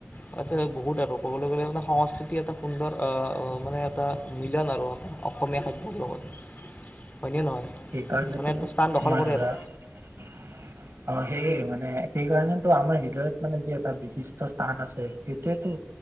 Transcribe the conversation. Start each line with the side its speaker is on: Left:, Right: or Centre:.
Left: তছা বহুত আৰু ক'বলৈ গ'লে মানে সংস্কৃতি এটা সুন্দৰ মানে এটা মিলন আৰু এটা অসমীয়া খাদ্যৰ লগত হয়নে নহয়।
Right: কাৰণটো
Left: মানে এটা স্থান দখল
Right: আমাৰ
Left: কৰে
Right: ধৰা
Left: আৰু
Right: আ হে মানে সেইকাৰণেটো আমাৰ হৃদয়ত মানে যি এটা বিশিষ্ট স্থান আছে সেইটোৱেটো